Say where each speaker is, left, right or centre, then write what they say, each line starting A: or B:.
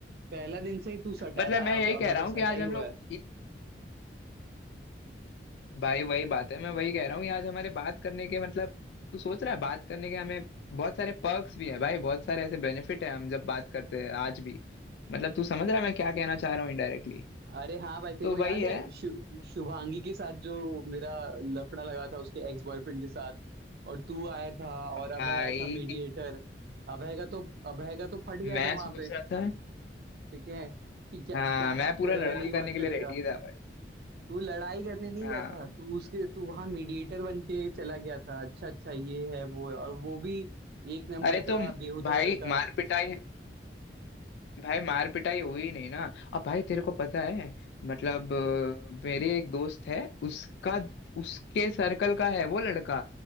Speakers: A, on the right; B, on the left.
A: पहला दिन से ही तू सटा
B: मतलब
A: रहा
B: मैं यही
A: अभी
B: कह
A: तक
B: रहा हूँ
A: सटा
B: कि आज
A: ही
B: हम
A: हुआ
B: लोग
A: है
B: इत- भाई वही बात है मैं वही कह रहा हूँ कि आज हमारे बात करने के मतलब तू सोच रहा है बात करने के हमें बहुत सारे पर्क्स भी है भाई बहुत सारे ऐसे बेनिफिट है हम जब बात करते हैं आज भी मतलब तू समझ रहा है मैं क्या कहना चाह रहा हूँ इनडायरेक्टली
A: अरे हाँ भाई तेरे
B: तो
A: को
B: वही
A: याद
B: है
A: है शु, शुभांगी के साथ जो मेरा लफड़ा लगा था उसके एक्स बॉयफ्रेंड के साथ और तू आया था और
B: भाई
A: अभय आया था मीडिएटर अभय का तो अभय का तो फट गया
B: मैं
A: था वहां
B: सोच
A: पे
B: रहा था
A: ठीक है कि क्या
B: हाँ
A: क्या
B: मैं
A: बात
B: पूरा
A: करेगा
B: लड़ाई
A: नहीं
B: करने
A: बात
B: के
A: करेगा
B: लिए रेडी था भाई
A: तू लड़ाई करने नहीं
B: हाँ
A: गया था तू उसके तू वहां मीडिएटर बन के चला गया था अच्छा अच्छा ये है वो है और वो भी एक नंबर
B: अरे तुम
A: का बेहुदा
B: भाई
A: लड़का
B: मार पिटाई भाई मार पिटाई हुई नहीं ना अब भाई तेरे को पता है मतलब अ, मेरे एक दोस्त है उसका उसके सर्कल का है वो लड़का